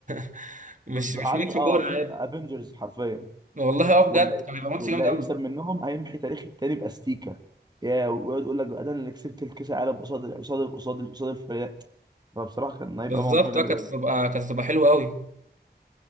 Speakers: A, on the right; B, on the right.
A: <laughs> مش
B: بز...
A: مش
B: عارف
A: ماتش
B: اه
A: كورة عادي
B: افنجرز حرفيا
A: والله اه
B: واللي
A: بجد
B: هي-
A: كان هيبقى ماتش
B: واللي
A: جامد
B: هيكسب
A: قوي
B: منهم هيمحي تاريخ التاني باستيكا يا ويقعد يقول لك بقى ده انا اللي كسبت الكاس العالم قصاد قصاد قصاد قصاد الفريق فبصراحه كان هيبقى
A: بالظبط
B: موضوع جامد
A: اه كانت
B: قوي
A: هتبقى كانت هتبقى حلوة قوي